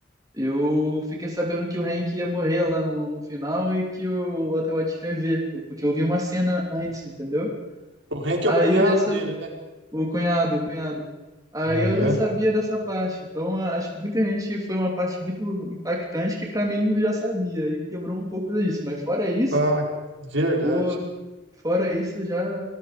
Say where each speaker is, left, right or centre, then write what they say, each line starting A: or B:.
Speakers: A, on the right; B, on the right.
A: Eu fiquei sabendo que o Hank ia morrer lá no, no final e que o Walter White ia ver, eu- porque eu vi uma cena antes, entendeu?
B: O Hank
A: Aí
B: é o cunhado
A: eu já sabia,
B: dele, né?
A: o cunhado, o cunhado. Aí
B: Aham.
A: eu já sabia dessa parte. Então, a- acho que muita gente foi uma parte muito impactante que pra mim eu já sabia e quebrou um pouco disso. Mas fora isso,
B: Ah, verdade.
A: pô, fora isso já,